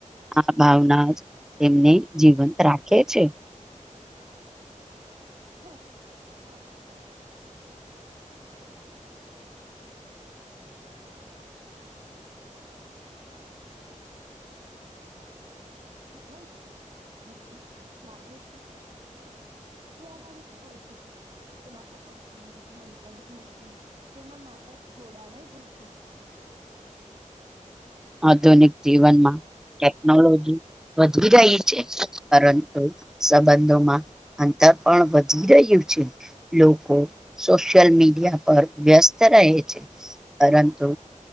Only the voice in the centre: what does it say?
આ ભાવના જ તેમને જીવંત રાખે છે
આધુનિક જીવનમાં ટેકનોલોજી વધી રહી છે, પરંતુ સંબંધોમાં અંતર પણ વધી રહ્યું છે. લોકો સોશિયલ મીડિયા પર વ્યસ્ત રહે છે. પરંતુ